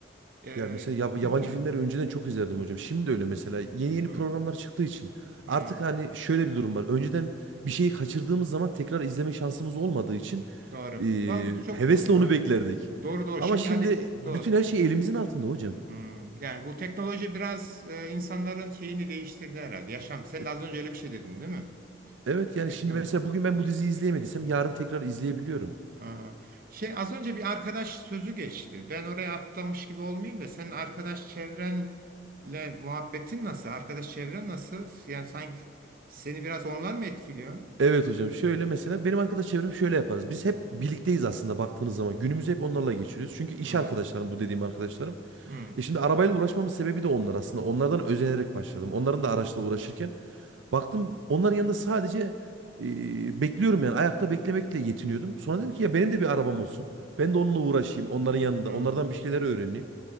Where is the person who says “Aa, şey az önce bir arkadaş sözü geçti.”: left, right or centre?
Right